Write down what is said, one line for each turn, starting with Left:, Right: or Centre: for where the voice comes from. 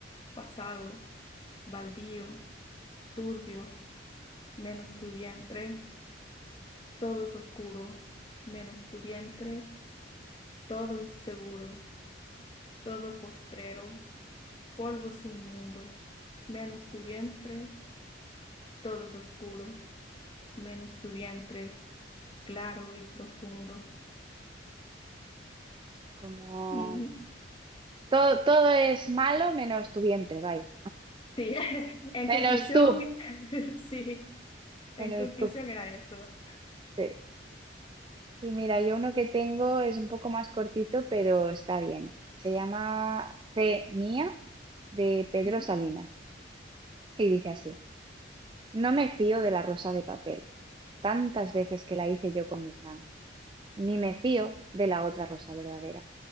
Left: pasado, baldío, turbio, menos tu vientre, todo es oscuro, menos tu vientre, todo inseguro, todo postrero polvo sin mundo, menos tu vientre, todo es oscuro, menos tu vientre, claro y profundo.
Right: como
Left: Mm,
Right: todo, todo es malo menos tu vientre, vaya.
Left: sí, <laughs> en
Right: Menos
Left: conclusión,
Right: tú,
Left: <laughs> sí, en
Right: menos
Left: conclusión
Right: tú,
Left: era eso.
Right: sí. Pues mira, yo uno que tengo es un poco más cortito, pero está bien. Se llama Fe mía de Pedro
Left: Ujú.
Right: Salinas y dice así: No me fío de la rosa de papel, tantas veces que la hice yo con mis manos, ni me fío de la otra rosa verdadera,